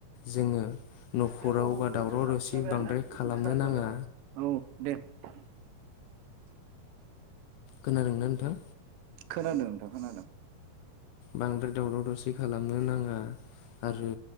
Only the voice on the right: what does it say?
ह हबा
हथ'
जाबाय
आंना इ
सार
जाबाय औ दे। ब <unintelligible>
खोनादों नोंथां खोनादों।